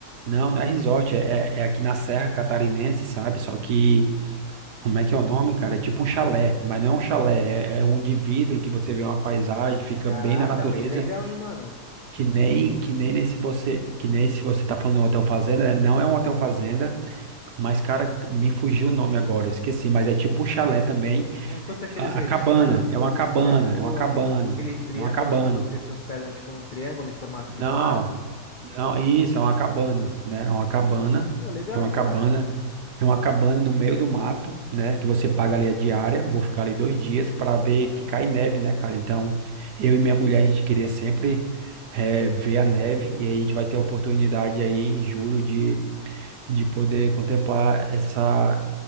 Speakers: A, on the right; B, on the left.
A: Não, não é resort, é, é é aqui na Serra Catarinense, sabe? Só que, como é que é o nome, cara? É tipo um chalé, mas não é um chalé, é, é um de vidro que você vê uma paisagem, fica
B: Caraca,
A: bem na natureza,
B: bem legal, hein, mano?
A: que nem que nem nesse você, que nem se você tá falando um hotel fazenda, né? Não é um hotel fazenda, mas, cara, me fugiu o nome agora, esqueci, mas é tipo um chalé também.
B: Como se fosse aqueles
A: A,
B: retiro
A: a cabana,
B: que
A: é
B: você
A: uma cabana,
B: fica, tipo,
A: é uma cabana,
B: aque- aquele triângulo
A: é uma cabana.
B: que você se hospeda, tipo, num triângulo em formato
A: Não,
B: de quarto.
A: não, isso é uma cabana, né? É uma cabana,
B: Pô, legal,
A: é uma
B: hein,
A: cabana,
B: cara?
A: é uma cabana no meio do mato, né? Que você paga ali a diária. Vou ficar ali dois dias para ver que cai neve, né, cara? Então, eu e minha mulher a gente queria sempre eh, ver a neve e aí a gente vai ter a oportunidade aí em julho de de poder contemplar essa